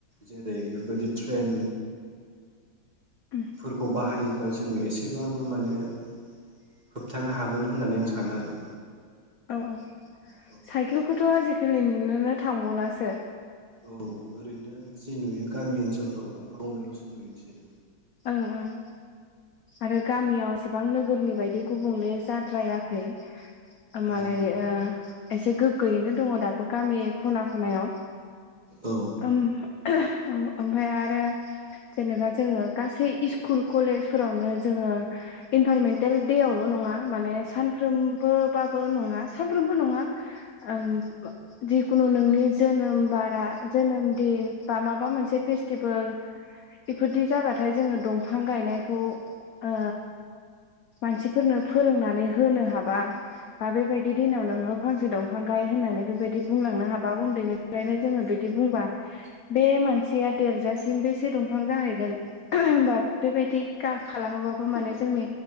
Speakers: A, on the right; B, on the left.
A: जेरै बेफोरबाददि ट्रेन
B: उम
A: फोरखौ बाहायो ब्ला जोङो एसेबाबो माने होबथानो हागोन होननानै आं सानो आरो।
B: औ औ
A: औ
B: साइकेलखौथ' आजिखा लि नुनोनो थांबावलासो
A: औ ओरैनो जि नुयो गामि ओनसोलफ्राव गंफा गंनैल'सो नुयोनोसै
B: ओं ओं आरो गामियाव एसेबां नोगोरनि बायदि गुबुंले जाद्रायाखै आ मालाय
A: औ
B: ओ एसे गोगोयैनो दङ दाबो गामि खना खनायाव
A: औ
B: ओम ओमफाय आरो जेनेबा जोङो गासै इस्कुल कलेजफोरावनो जोङो इनभारमेन्टेल देवल' नङा माने सानफ्रोमबोबाबो नङा सानफ्रोमबो नङा ओम जिखुनु नोंनि जोनोम बारा जोनोम दिन बा माबा मोनसे फेस्टिभेल बेफोरदि जाबाथाय थाय जोङो दंफां गायनायखौ ओ मानसिफोरनो फोरोंनानै होनो हाबा बा बेबायदि दिनाव नोङो फांसे दंफां गाय होननानै बेबायदि बुंलांनो हाबा उन्दैनिफ्रायनो जोङो बिदि बुंबा बे मानसिया देरजासिम बेसे दंफां जाहैगोन। होमबा बेबायदि गा खालामोबाबो माने जोंनि